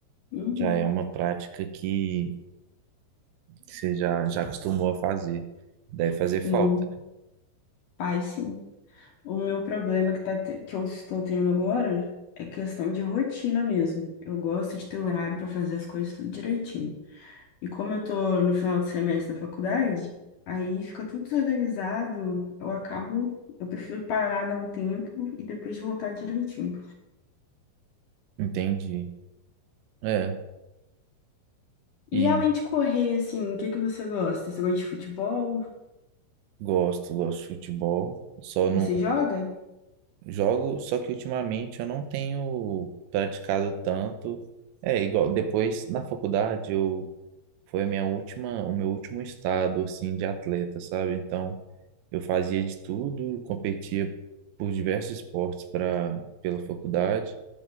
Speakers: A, on the left; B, on the right.
A: Uhum.
B: Já é uma prática que você já, já acostumou a fazer. Deve fazer falta.
A: Sim, faz sim. O meu problema que, tá, te- que eu estou tendo agora é questão de rotina mesmo. Eu gosto de ter horário para fazer as coisas tudo direitinho. E como eu tô no final do semestre da faculdade, aí fica tudo desorganizado, eu acabo, eu prefiro parar, dar um tempo e depois voltar direitinho.
B: Entendi. É. E
A: E além de correr, assim, o que que você gosta? Você gosta de futebol?
B: gosto, gosto de futebol. Só
A: Você
B: não,
A: joga?
B: Jogo, só que ultimamente eu não tenho praticado tanto. É igual, depois na faculdade eu foi a minha última, o meu último estado assim de atleta, sabe? Então eu fazia de tudo, competia por diversos esportes para pela faculdade.